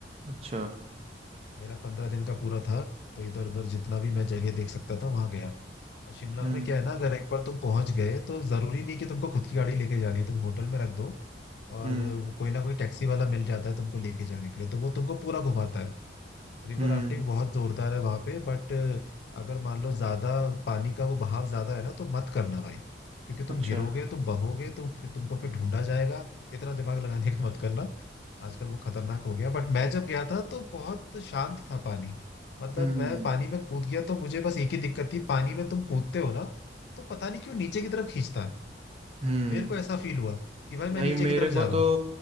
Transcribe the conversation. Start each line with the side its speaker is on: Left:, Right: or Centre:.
Right: अच्छा
Left: मेरा पंद्रह दिन का पूरा था तो इधर उधर जितना भी मैं जगह देख सकता था वहां गया और शिमला
Right: हम्म
Left: में क्या है ना अगर एक बार तुम पहुंच गए तो जरूरी नहीं कि तुमको खुद की गाड़ी लेके जानी है तुम होटल में रख दो और
Right: हम्म
Left: कोई ना कोई टैक्सी वाला मिल जाता है तुमको लेके जाने के लिए तो वो तुमको पूरा घुमाता है रिवर
Right: हम्म
Left: राफ्टिंग बहुत जोरदार है वहां पे बट अगर मान लो ज्यादा पानी का वो बहाव ज्यादा है ना तो मत करना भाई क्योंकि तुम
Right: अच्छा
Left: गिरोगे तुम बहोगे तो फिर तुमको फिर ढूंढा जाएगा इतना दिमाग लगाने का मत करना आजकल वो खतरनाक हो गया बट मैं जब गया था तो बहुत शांत था पानी मतलब
Right: हम्म
Left: मैं पानी में कूद गया तो मुझे बस एक ही दिक्कत थी पानी में तुम कूदते हो ना तो पता नहीं क्यों नीचे की तरफ खींचता है
Right: हम्म
Left: मेरे को ऐसा फील हुआ कि भाई मैं
Right: भाई
Left: नीचे
Right: मेरे
Left: की तरफ
Right: को
Left: जा
Right: तो
Left: रहा हूँ